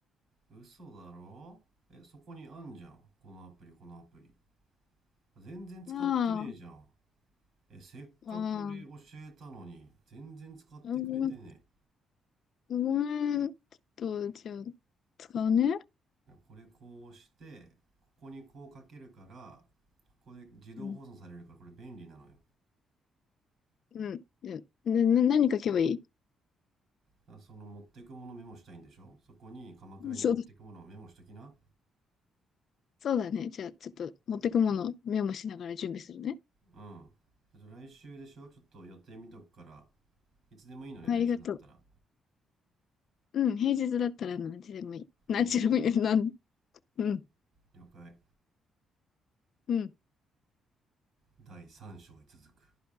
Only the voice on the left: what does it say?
まあ、
あー
ごめん、ごめん、ちょっと、じゃあ、使うね。
うん。うん。で、で、な何書けばいい
そうだ、そうだね。じゃあ、ちょっと、持ってくもの、メモしながら準備するね。
ありがとう。うん、平日だったら何時でもいい。何時でもいい。
なん、うん、
うん。